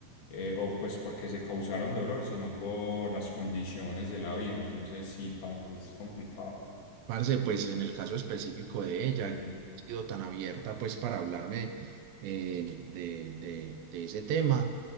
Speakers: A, on the left (about 85°); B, on the right (about 80°).
A: eh, o pues porque se causaron dolor, sino por las condiciones de la vida. Entonces, sí, parce, es complicado.
B: Parce, pues en el caso específico de ella,
A: Defin-
B: ha sido tan abierta pues para hablarme eh, de, de- de ese tema.